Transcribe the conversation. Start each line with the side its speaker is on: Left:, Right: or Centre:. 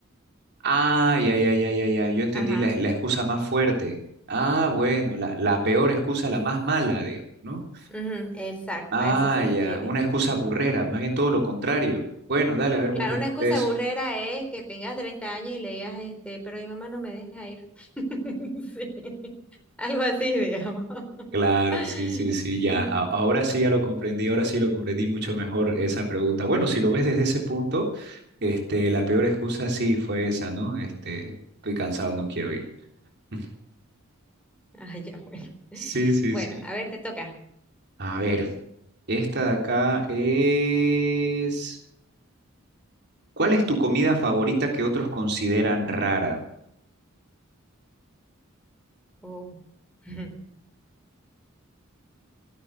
Right: Ah, ya, ya, ya, ya, ya. Yo entendí
Centre: Ajá,
Right: la, la excusa más fuerte. Ah, bueno, la, la peor excusa, la más mala, digamos, ¿no?
Centre: ujú, exacto,
Right: Ah,
Centre: a eso se
Right: ya,
Centre: refiere.
Right: una excusa burrera, más bien todo lo contrario. Bueno, dale, a ver,
Centre: Claro,
Right: vos responde
Centre: una excusa
Right: eso.
Centre: burrera es que tengas 30 años y le digas, este, pero mi mamá no me deja ir. <laughs> Sí, algo así, digamos.
Right: Claro,
Centre: <laughs>
Right: sí, sí, sí, ya.
Centre: Mm,
Right: a- ahora sí ya lo comprendí, ahora sí lo comprendí mucho mejor esa pregunta. Bueno, si lo ves desde ese punto, este, la peor excusa sí fue esa, ¿no? Este, estoy cansado, no quiero ir. <laughs>
Centre: Ah, ya, bueno.
Right: Sí, sí,
Centre: Bueno,
Right: sí.
Centre: a ver, te toca.
Right: A ver, esta de acá es... ¿Cuál es tu comida favorita que otros consideran rara?
Centre: Oh. <laughs>